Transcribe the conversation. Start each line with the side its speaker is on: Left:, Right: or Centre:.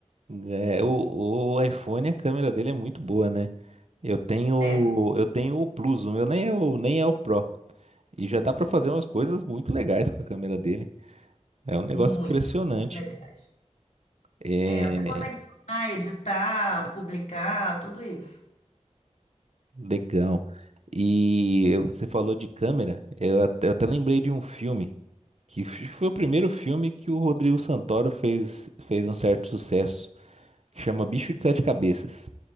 Right: É, o, o iPhone, a câmera dele é muito boa, né? Eu tenho,
Left: É,
Right: eu tenho o Plus, o meu nem é o, nem é o Pro. E já dá pra fazer umas coisas muito legais com a câmera dele. É um negócio
Left: muito,
Right: impressionante.
Left: muito legais.
Right: É,
Left: É, você consegue filmar, editar, publicar, tudo isso.
Right: Legal. E eu- você falou de câmera, eu até, eu até lembrei de um filme, que f- foi o primeiro filme que o Rodrigo Santoro fez, fez um certo sucesso, que chama Bicho de Sete Cabeças.